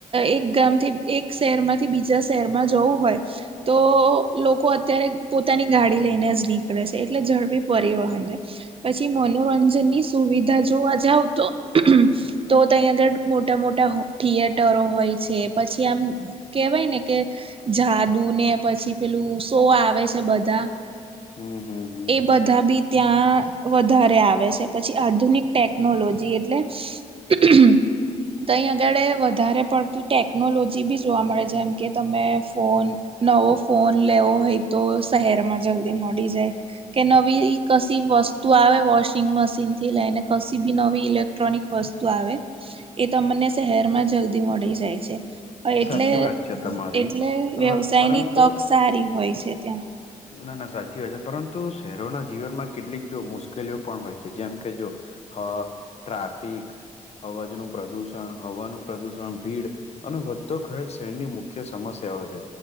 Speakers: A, on the right; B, on the left.
A: એક ગામથી એક શહેરમાંથી બીજા શહેરમાં જવું હોય- તો લોકો અત્યારે પોતાની ગાડી લઈને જ નીકળે- એટલે ઝડપી પરિવહન પછી મનોરંજનની સુવિધા જોવા જાવ તો- તો તહીં આગળ મોટા મોટા થિયેટરો હોય છે પછી- ત્યાં આમ કેહેવાય ને કે- જાદુ ને પછી પેલું સો આવે છે બધા-
B: હમ હમ હમ
A: એ
B: હમ
A: બધા બી- ત્યાં વધારે આવે છે પછી આધુનિક ટેકનોલોજી એટલે - તેંય આગળે વધારે પડતી - ટેકનોલોજી બી જોવા મળે જેમ કે તમે ફોન- નવો ફોન લેવો હોય તો શહેર માં જલ્દી મડી જાય- કે નવી કશી વસ્તુ આવે વોશિંગ મશીન થી લઈને કશી બી નવી ઇલેક્ટ્રોનિક વસ- તું આવે એ તમને શહેર માં જલ્દી મળી જાય છે. એટલે
B: સાચી વાત છે તમારી.
A: એટલે
B: હવે
A: વ્યવસાયની
B: પરંતુ
A: તક સારી હોય છે ત્યાં-
B: ના ના સાચી વાત છે. પરંતુ શહેરોના જીવનમાં કેટલીક જો મુશ્કેલીઓ પણ હોય છે જેમ કે જો હ, ટ્રાફિક અવાજનું પ્રદુષણ, હવાનું પ્રદુષણ, ભીડ અને તો ખેર શહેરની મુખ્ય સમસ્યાઓ છે.